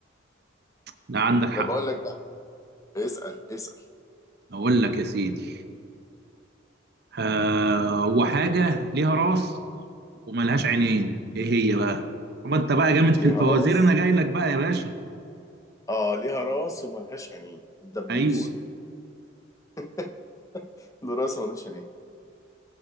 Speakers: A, on the right; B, on the left.
A: لا عندك حق
B: طب اقول لك بقى اسال اسال
A: اقول لك يا سيدي آه وحاجة ليها راس وملهاش عينين ايه هي بقى هو انت بقى جامد في
B: ليها
A: الفوازير
B: راس
A: انا جاي لك بقى يا باشا
B: اه ليها راس وملهاش عينين الدبوس
A: ايوه
B: <laughs> له راس وملوش عينين